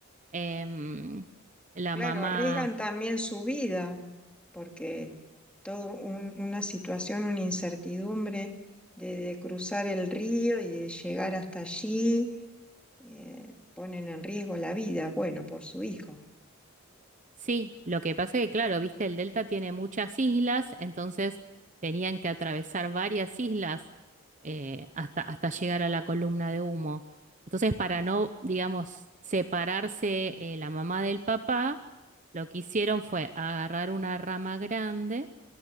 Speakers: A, on the right (about 35°); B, in the centre.
A: Em, la
B: claro,
A: mamá.
B: arriesgan también su vida porque todo un- una situación, una incertidumbre de, de cruzar el río y de llegar hasta allí, eh, ponen en riesgo la vida, bueno, por su hijo.
A: Sí, lo que pasa es que, claro, viste, el delta tiene muchas islas, entonces tenían que atravesar varias islas eh, hasta, hasta llegar a la columna de humo. Entonces, para no,
B: Ah.
A: digamos, separarse eh, la mamá del papá, lo que hicieron fue agarrar una rama grande